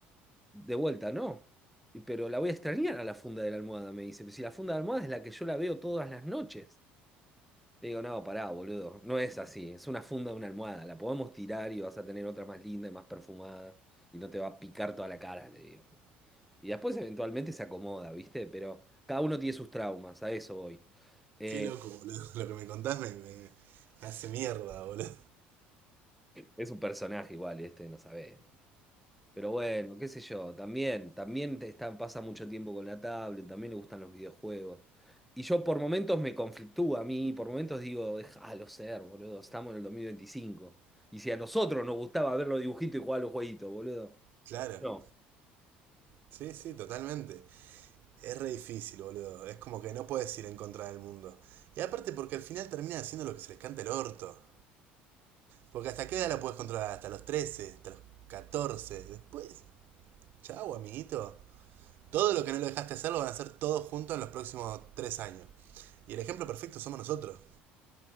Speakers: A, in the centre; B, on the right.
A: De vuelta, no. Y- Pero la voy a extrañar a la funda de la almohada, me dice. Si la funda de la almohada es la que yo la veo todas las noches. Le digo, no, pará, boludo, no es así, es una funda de una almohada, la podemos tirar y vas a tener otra más linda y más perfumada y no te va a picar toda la cara, le digo. Y después eventualmente se acomoda, ¿viste? Pero cada uno tiene sus traumas, a eso voy. Eh,
B: qué loco, boludo. <laughs> Lo que me contás me, me- me hace mierda, boludo.
A: es un personaje igual, este, no sabés, boludo. Pero bueno, qué sé yo, también, también te está- pasa mucho tiempo con la tablet, también le gustan los videojuegos. Y yo por momentos me conflictúa a mí, por momentos digo, déjalo ser, boludo, estamos en el dos mil veinticinco Y si a nosotros nos gustaba ver los dibujitos y jugar a los jueguitos, boludo.
B: Claro.
A: No.
B: Sí, sí, totalmente. Es re difícil, boludo. Es como que no puedes ir en contra del mundo. Y aparte porque al final termina haciendo lo que se les canta el orto. Porque hasta qué edad la puedes controlar? Hasta los 13, hasta los 14. Después, chau, amiguito. Todo lo que no lo dejaste hacer lo van a hacer todos juntos en los próximos tres años. Y el ejemplo perfecto somos nosotros.